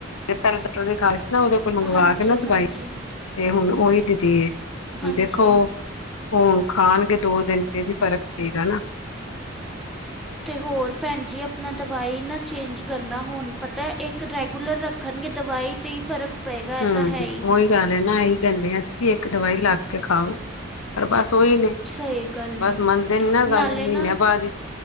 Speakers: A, on the left (about 85°); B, in the centre.
A: ਪਹਿਲੇ ਡਾਕਟਰ ਖਾ ਸੀ ਨਾ ਉਹਦੇ ਕੋਲ ਮੰਗਵਾ
B: ਹਾਂਜੀ
A: ਕੇ ਨਾ
B: ਹਾਂਜੀ
A: ਦਵਾਈ ਤੇ ਹੁਣ ਉਹੀ ਦਿੱਤੀ ਏ, ਹੁਣ
B: ਹਾਂਜੀ
A: ਦੇਖੋ। ਹੁਣ ਖਾਣਗੇ ਦੋ ਦਿਨ ਫਿਰ ਵੀ ਫ਼ਰਕ ਪਏਗਾ ਨਾ।
B: ਤੇ ਹੋਰ ਭੈਣ ਜੀ ਆਪਣਾ ਦਵਾਈ ਨਾ ਚੇਂਜ ਕਰਨਾ ਹੁਣ ਪਤਾ ਇੱਕ ਰੈਗੂਲਰ ਰ ਰਖਣਗੇ ਦਵਾਈ 'ਤੇ ਹੀ ਫਰਕ ਪਏਗਾ
A: ਹੂੰ
B: ਇਹ ਤਾਂ ਹੈ ਹੀ
A: ਓ ਈ ਗੱਲ ਹੈ ਨਾ ਇਹੀ ਕਹਿੰਦੇ ਅਸੀਂ ਵੀ ਇੱਕ ਦਵਾਈ ਲੱਗ ਕੇ ਖਾਓ, ਪਰ ਬਸ ਉਹੀ ਨੀ
B: ਸਹੀ ਗੱਲ
A: ਬਸ
B: ਹੈ
A: ਮੰਨਦੇ ਨੀ ਨਾ
B: ਨਾਲੇ
A: ਗੱਲ ਮਹੀਨੇ
B: ਨਾ
A: ਬਾਦ ਈ।